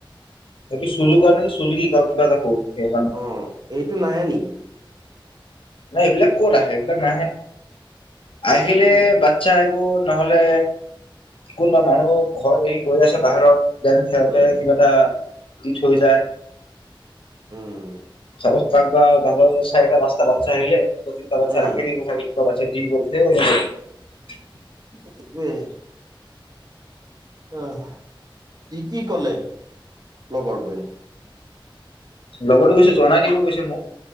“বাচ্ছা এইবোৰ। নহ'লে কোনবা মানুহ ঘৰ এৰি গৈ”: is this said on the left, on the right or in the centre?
Left